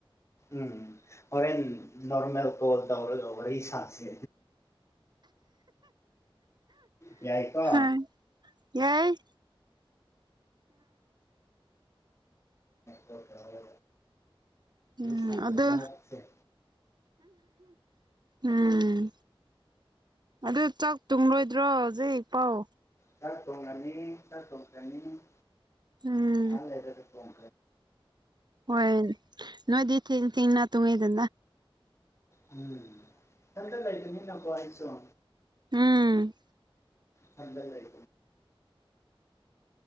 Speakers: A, on the left (about 30°); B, on the right (about 50°).
A: ꯎꯝ ꯑꯣꯔꯦꯟ ꯅꯣꯔꯃꯦꯜ ꯀꯣꯜꯗꯧꯔꯔ ꯁꯥꯁꯤ ꯌꯥ ꯌꯥꯏꯀꯣ
B: ꯍꯣꯏ ꯌꯥꯏ
A: ꯇꯔꯗ
B: ꯎꯝ
A: ꯁꯥꯁꯦ
B: ꯑꯗꯨ ꯎꯝ ꯑꯗꯨ ꯆꯥꯛ ꯇꯨꯡꯂꯣꯏꯗ꯭ꯔꯣ ꯍꯧꯖꯤꯛ ꯄꯥꯎ
A: ꯆ ꯁꯧꯉꯅꯤ ꯆ ꯁꯁꯅꯤ
B: ꯎꯝ
A: ꯑ ꯂꯩꯗ ꯑꯗꯨ ꯐꯣꯟ
B: ꯍꯣꯏ ꯅꯣꯏꯗꯤ ꯊ ꯇꯤꯡꯅ ꯇꯨꯡꯉꯦꯗ
A: ꯎꯝ ꯊꯗꯥꯏꯇ ꯅꯤꯡꯟꯅ ꯋꯥꯏꯁꯨꯣ
B: ꯎꯝ
A: ꯆ ꯂꯩ